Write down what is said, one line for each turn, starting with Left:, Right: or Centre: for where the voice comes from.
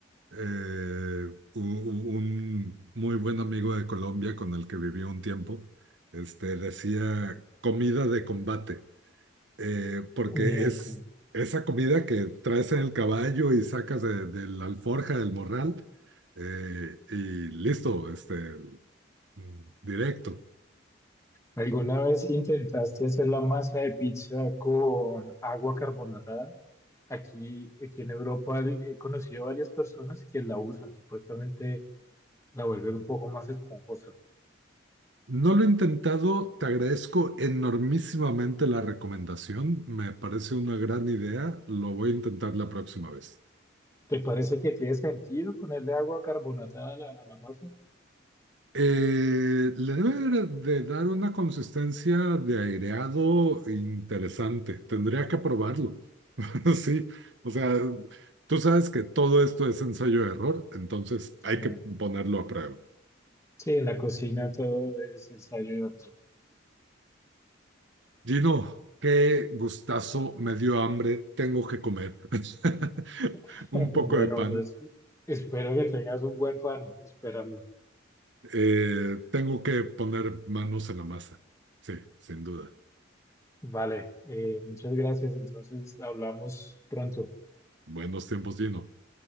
Right: eh, u- u- un muy buen amigo de Colombia con el que viví un tiempo, este, decía comida de combate. eh, porque
Left: Comida de
Right: es
Left: Cuba.
Right: esa comida que traes en el caballo y sacas de, de la alforja del morral eh, y listo, este, mm, directo.
Left: ¿Alguna vez intentaste hacer la masa de pizza con agua carbonatada? Aquí, aquí en Europa he conocido varias personas que la usan, supuestamente la vuelven un poco más esponjosa.
Right: No lo he intentado, te agradezco enormísimamente la recomendación, me parece una gran idea, lo voy a intentar la próxima vez.
Left: ¿Te parece que tiene sentido ponerle agua carbonatada a la, a la masa?
Right: Eh, le debe de dar una consistencia de aireado interesante. Tendría que probarlo. <laughs> Sí, o sea, tú sabes que todo esto es ensayo-error, entonces hay
Left: Eh,
Right: que ponerlo a prueba.
Left: sí, en la cocina todo es ensayo y error.
Right: Gino, qué gustazo, me dio hambre, tengo que comer. <laughs>
Left: <laughs>
Right: Un poco
Left: Bueno,
Right: de pan,
Left: pues espero que tengas un buen pan esperando.
Right: eh, tengo que poner manos en la masa. Sí, sin duda.
Left: <laughs> Vale, eh, muchas gracias. Entonces hablamos pronto.
Right: Buenos tiempos, Gino.